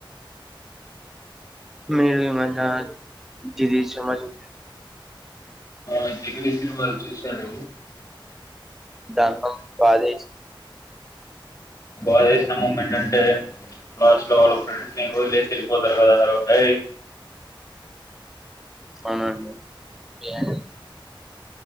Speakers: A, in the centre; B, on the left.
A: మీరు మజా.... దీ దీ సమాజ్..
B: ఆ.. జెమిని సినిమాలు చూశాను...
A: దాంతో.. బాదేసి.....
B: బాద వేసిన మూమెంట్ అంటే..... లాస్ట్లో వాళ్ళ ఫ్రెండ్ ను వదిలేసి వెళ్ళిపోతారు కదా వాళ్ళు ఏయ్
A: అవునండి... గాహ్...